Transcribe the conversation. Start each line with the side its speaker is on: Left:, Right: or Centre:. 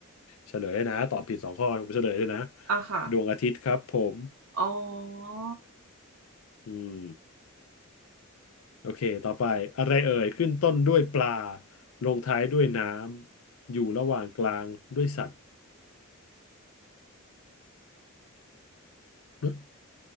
Left: เฉลยนะตอบผิดสองข้อผมเฉลยเลยนะ
Right: อ่ะค่ะ
Left: ดวงอาทิตย์ครับผม
Right: อ๋อ
Left: อืม โอเคต่อไปอะไรเอ่ยขึ้นต้นด้วยปลาลงท้ายด้วยน้ำอยู่ระหว่างกลางด้วยสัตว์เนอะ